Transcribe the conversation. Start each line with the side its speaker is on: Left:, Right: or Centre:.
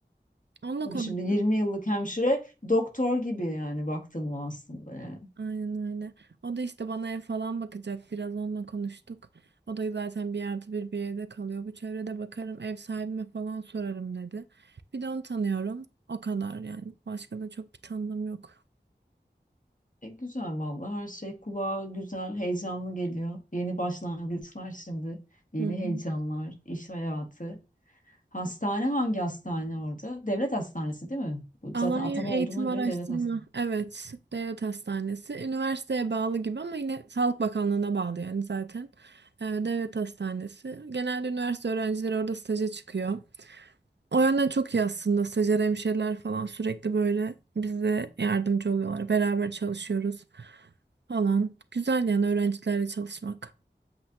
Right: Onunla
Left: Tabii
Right: konuş.
Left: şimdi 20 yıllık hemşire doktor gibi yani baktın mı aslında yani.
Right: Aynen öyle. O da işte bana ev falan bakacak. Biraz onunla konuştuk. O da zaten bir artı bir bir evde kalıyor. Bu çevrede bakarım ev sahibime falan sorarım dedi. Bir de onu tanıyorum. O kadar yani. Başka da çok bir tanıdığım yok.
Left: E, güzel vallahi her şey kulağa güzel, heyecanlı geliyor. Yeni başlangıçlar şimdi. Yeni
Right: Hı hı.
Left: heyecanlar, iş hayatı. Hastane hangi hastane orada? Devlet hastanesi değil mi? Bu
Right: Alanya
Left: zaten atama
Right: Eğitim
Left: olduğuna göre
Right: Araştırma.
Left: devlet hastanesi.
Right: Evet. Devlet Hastanesi. Üniversiteye bağlı gibi ama yine Sağlık Bakanlığı'na bağlı yani zaten. Ee, Devlet Hastanesi. Genelde üniversite öğrencileri orada staja çıkıyor. O yönden çok iyi aslında. Stajyer hemşireler falan sürekli böyle bize yardımcı oluyorlar. Beraber çalışıyoruz falan. Güzel yani öğrencilerle çalışmak.